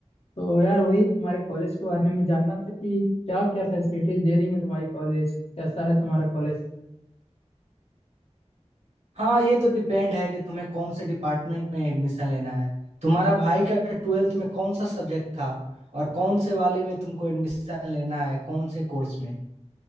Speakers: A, on the left; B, on the right.
A: तो यार वही तुम्हारे कॉलेज के बारे में जानना था कि क्या क्या फैसिलिटीज दे रही है तुम्हारी कॉलेज कैसा है तुम्हारा कॉलेज
B: हाँ ये तो डिपेंड है कि तुम्हें कौन से डिपार्टमेंट में एडमिशन लेना है तुम्हारा भाई का ट्वेल्थ में कौन सा सब्जेक्ट था और कौन से वाले में तुमको एडमिशन लेना है कौन से कोर्स में